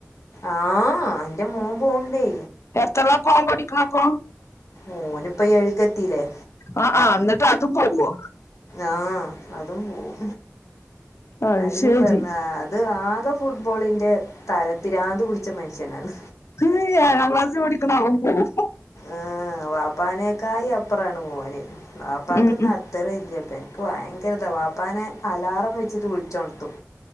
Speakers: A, on the left (about 80°); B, on the left (about 60°).
A: ആഹ് ഇന്റെ മോൻ പോണ്ടേ
B: എത്രല്ലാ ഓൻ പഠിക്കണപ്പോ
A: ഓനിപ്പ ഏഴുക്കത്തീല്ലേ
B: ആഹ് ആഹ് എന്നിട്ട് അതും പോവോ
A: ആഹ് അതും പോവും
B: അത്
A: അയിനും
B: ശരി
A: വെന്നാ അത് ആകെ ഫുട്ബോളിന്റെ തലപ്പിരാന്ത് പുടിച്ച മനുഷ്യനാണ്
B: ഈ ഏഴാം ക്ലാസിൽ പഠിക്ക്‌ണ അവൻ പോവും.
A: ആഹ് വാപ്പാനേക്കായി അപ്പുറാണ് ഓന് വാപ്പാക്ക്ന്നാ
B: ഉം ഉം
A: ത്തര വല്യേ ഇൻക്ക് ഭയങ്കര ഇതാ വാപ്പാനെ അലാറം വെച്ചിട്ട് വിളിച്ച് ഒണത്തും